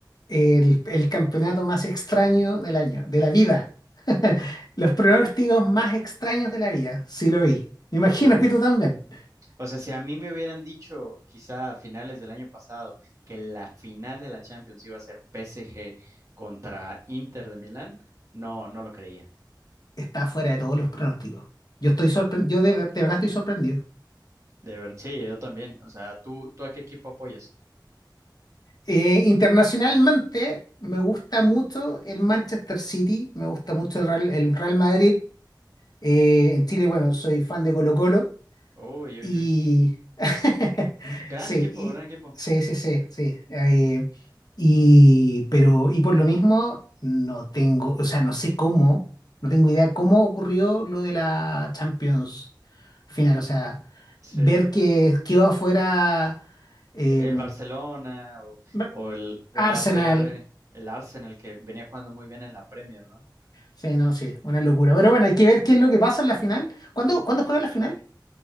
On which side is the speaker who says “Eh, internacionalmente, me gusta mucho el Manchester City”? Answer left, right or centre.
Left